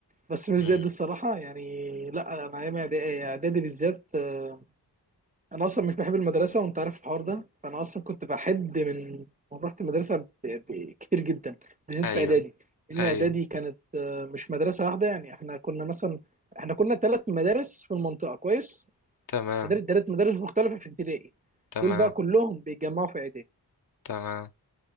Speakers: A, on the right; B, on the left.
A: بس مش
B: مم.
A: زي دي الصراحة يعني لا أنا أيام إعدادي إعدادي بالذات آه، أنا أصلا مش بحب المدرسة وأنت عارف الحوار ده فأنا أصلا كنت بحد من من رحت المدرسة ب- ب- كتير جدا بالذات
B: ايوه
A: في إعدادي لأن
B: ايوه
A: إعدادي كانت آه، مش مدرسة واحدة يعني إحنا كنا مثلا إحنا كنا ثلاث مدارس في المنطقة كويس
B: تمام
A: مدارس ثلاث مدارس مختلفة في ابتدائي
B: تمام
A: دول بقى كلهم بيتجمعوا في إعدادي
B: تمام